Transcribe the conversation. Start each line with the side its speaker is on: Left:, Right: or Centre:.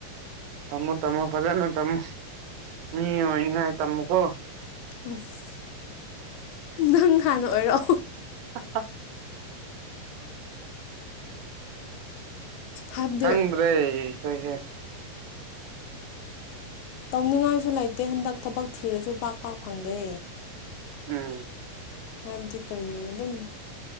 Right: ꯊꯝꯃꯣ ꯇꯝꯃꯣ ꯐꯖꯅ ꯇꯝꯃꯣ ꯃꯤ ꯑꯣꯏꯉꯥꯏ ꯇꯝꯃꯨꯀꯣ
Left: ꯑꯁ ꯅꯪ ꯍꯥꯟꯅ ꯑꯣꯏꯔꯣ
Right: ꯍꯥ ꯍꯥ
Left: ꯍꯥꯏꯕꯗꯤ
Right: ꯈꯪꯗ꯭ꯔꯦ ꯑꯩꯈꯣꯏꯁꯦ
Left: ꯇꯧꯅꯤꯡꯉꯥꯏꯁꯨ ꯂꯩꯇꯦ ꯍꯟꯗꯛ ꯊꯕꯛ ꯊꯤꯔꯁꯨ ꯄꯥꯛ ꯄꯥꯛ ꯐꯪꯗꯦ
Right: ꯎꯝ
Left: ꯍꯥꯏꯕꯗꯤ ꯀꯔꯤ ꯑꯗꯨꯝ